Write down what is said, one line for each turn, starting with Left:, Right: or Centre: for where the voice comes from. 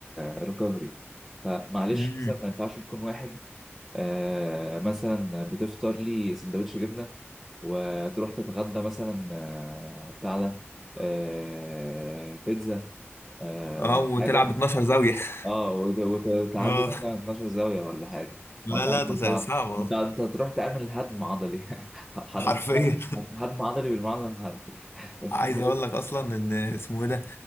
Centre: ريكفري فمعلش
Left: امم
Centre: مثلا ما ينفعش تكون واحد آه، مثلا بتفطر لي سندوتش جبنه وتروح تتغدى مثلا آه، بتاع ده آه، بيتزا آه،
Left: اه
Centre: ولا
Left: وتلعب
Centre: حاجه
Left: 12 زاويه <laughs>
Centre: اه وت- وت- وتلعب
Left: اه
Centre: لي مثلا 12 زاويه ولا حاجه
Left: لا
Centre: ما طبعا
Left: لا ده صعب أصلاً.
Centre: انت انت انت هتروح تعمل هدم عضلي <laughs> هد-
Left: حرفيا
Centre: هدم عضلي بالمعنى الحرفي <laughs>
Left: عايز اقول لك اصلا ان اسمه إيه ده